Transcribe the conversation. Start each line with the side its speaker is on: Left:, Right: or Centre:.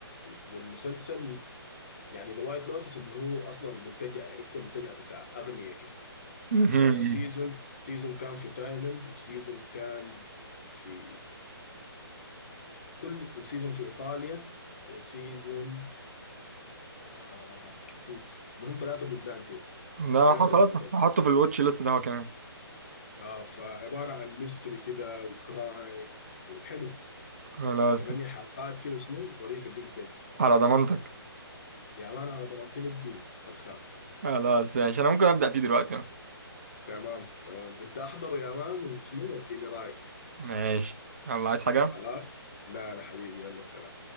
Left: والمسلسل يعني ذا وايت لوتس اللي هو اصلا منتجع عرفته منتجع بتاع اغنية كده
Right: امم
Left: فسيزون سيزون كان في تايلاند وسيزون كان في كل وسيزون في ايطاليا وسيزون اخ نسيت المهم ثلاثة بلدان كده
Right: لا
Left: في نفس
Right: <laughs> خلاص
Left: المنتجع
Right: هحطه في الواتش ليست ده هو كمان
Left: اه فعبارة عن ميستري كده وكرايم وحلو
Right: خلاص
Left: ثمانية حلقات كده شنو ظريفة جدا جدا
Right: على ضمانتك
Left: يا مان على ضمانتي الدين ما تخاف
Right: خلاص ماشي انا ممكن ابدا فيه دلوقتي
Left: تمام تمام انت احضره يا مان وشنو اديني رايك
Right: ماشي يلا عايز حاجه
Left: خلاص لا لا حبيبي يلا سلام